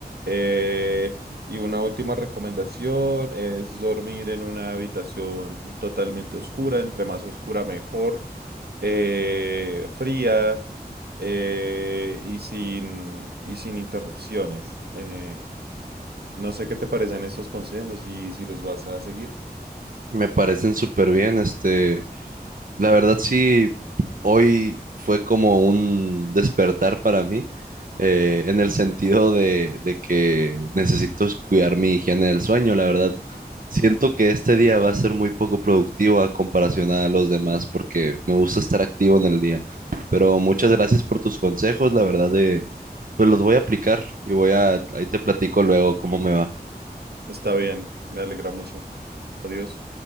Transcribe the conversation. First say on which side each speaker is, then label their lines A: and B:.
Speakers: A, on the right; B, on the right.
A: Eh, y una última recomendación es dormir en una habitación totalmente oscura, entre más oscura mejor, eh, fría eh, y sin, y sin interrupciones. Eh, no sé qué te parecen estos consejos y si los vas a seguir.
B: Me parecen súper bien, este. La verdad sí, hoy fue como un despertar para mí, eh, en el sentido de, de que necesito es cuidar mi higiene del sueño, la verdad. Siento que este día va a ser muy poco productivo a comparación a los demás porque me gusta estar activo en el día. Pero muchas gracias por tus consejos, la verdad de, pues los voy a aplicar y voy a, ahí te platico luego cómo me va.
A: Está bien, me alegra mucho. Adiós.